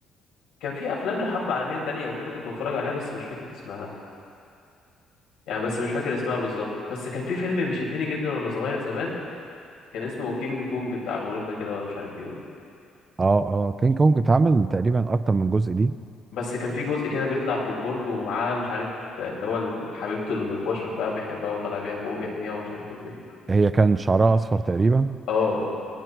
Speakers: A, on the left (about 75°); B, on the right (about 20°).
A: كان في افلام لحرب عالميه تانية وكده كنت بتفرج عليها بس مش فاكر اسمها يعني بس مش فاكر اسمها بالظبط بس كان في فيلم بيشدني جدا وانا صغير زمان كان اسمه كينج كونج بتاع غوريلا كده ولا مش عارف ايه
B: اه اه كينج كونج اتعمل تقريبا اكتر من جزء دي
A: بس كان في جزء كده بيطلع فوق برج ومعاه مش عارف اللي هو حبيبته اللي بالبشر بقى بيحبها وطالع بيها فوق وبيحميها ومش عارف ايه وكده
B: هي كان شعرها اصفر تقريبا
A: اه